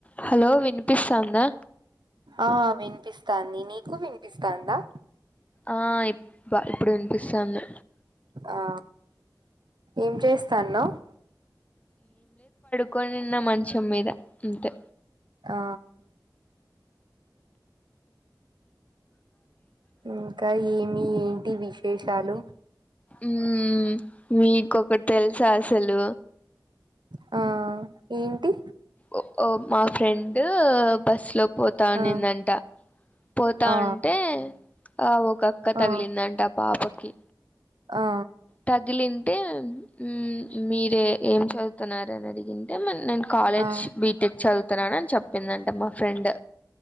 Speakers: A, on the left; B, on the right.
A: హలో వినిపిస్తాందా
B: ఆ వినిపిస్తాంది నీకు వినిప్ పిస్తాందా
A: ఆ ఇ బా ఇప్పుడు వినిపిస్తంది
B: ఆ ఏం చేస్తానవ్
A: కొనిన్న మంచం మీద అంతే
B: ఆ ఇంకా ఏమి ఏంటి విశేషాలు
A: ఉ మీకొకటి తెలుసా అసలు
B: ఆ ఏంటి
A: ఓ ఓ మా ఫ్రెండ్ బస్ లో పోతానిందంట
B: ఆ
A: పోతా
B: ఆ
A: ఉంటే ఆ ఒక అక్క తగిలిందంట
B: ఆ
A: ఆ పాపకి
B: ఆ
A: తగిలింటే ఊ మీరే ఏం చదువుతున్నరు అని అడిగింటే మ నేను కాలేజ్
B: ఆ ఆ
A: బీటెక్ చదువుతున్నాను అని చెప్పిందంటబ్బ ఫ్రెండ్